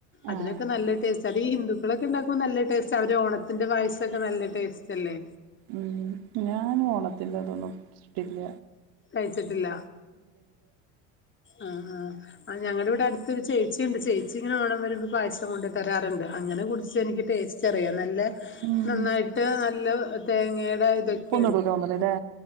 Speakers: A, on the right; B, on the left.
A: ആഹ്
B: അതിനൊക്കെ നല്ല ടേസ്റ്റ് അതീ ഹിന്ദുക്കളൊക്കെ ഉണ്ടാക്കുമ്പോ നല്ല ടേസ്റ്റ് അവര് ഓണത്തിന്റെ പായസ്സവൊക്കെ നല്ല ടേസ്റ്റല്ലേ
A: ഉം ഞാൻ ഓണത്തിന്റെ അതൊന്നും കഴിച്ചിട്ടില്ല
B: കഴിച്ചിട്ടില്ല ആഹ് ആഹ് ആ ഞങ്ങളുടെ ഇവിടെ അടുത്തൊരു ചേച്ചി ഉണ്ട് ചേച്ചി ഇങ്ങനെ ഓണം വരുമ്പോ പായസം കൊണ്ട് തരാറുണ്ട് അങ്ങനെ കുടിച്ച് എനിക്ക് ടേ സ്റ്ററിയാം നല്ല
A: ഉം
B: നന്നായിട്ട് നല്ല തേങ്ങയുടെ ഇതൊക്കെ
A: ഉപ്പൊന്നും ഇടൂല തോന്നണല്ലെ